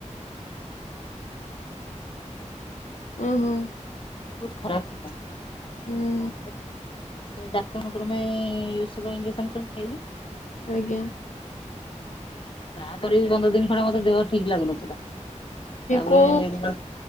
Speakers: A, on the left; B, on the left.
A: ହୁଁ ହୁଁ।
B: ବତ ଖରାପ ଥିଲା ତାପରେ।
A: ହୁଁ
B: ଡାକ୍ଟର କର୍ମୀ ମ ସୁଗର ଞଜେକ୍ସନ ସ ଖାଇଲି।
A: ଆଜ୍ଞା।
B: ତାପରେ ବି ପନ୍ଦର ଦିନ ଖଣ୍ଡି ହବ ମତେ ଦେହ ଠିକ ଲାଗୁନଥିଲା। ତାପରେ
A: କୋଉ
B: ହଁ